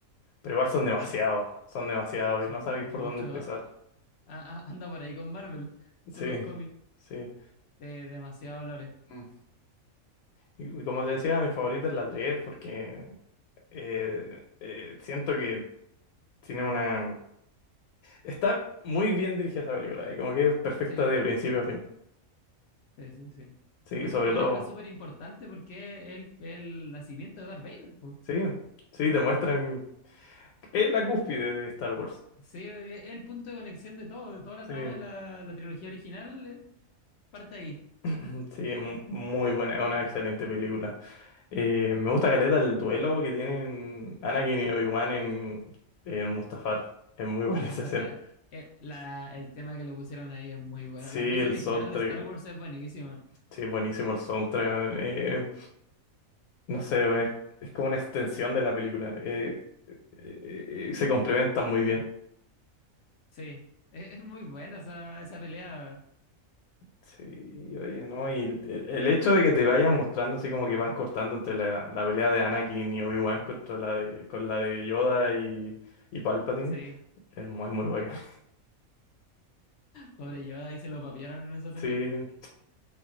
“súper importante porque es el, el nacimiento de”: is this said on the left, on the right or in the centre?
Left